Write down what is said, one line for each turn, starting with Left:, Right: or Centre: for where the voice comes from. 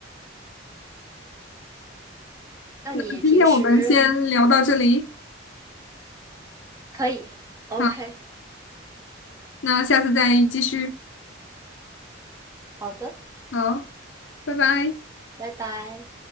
Right: 那你平时
Left: 那今天我们先聊到这里，
Right: 可以，OK，OK，
Left: 好，那下次再继续。
Right: 好的，
Left: 好，拜拜。
Right: 拜拜。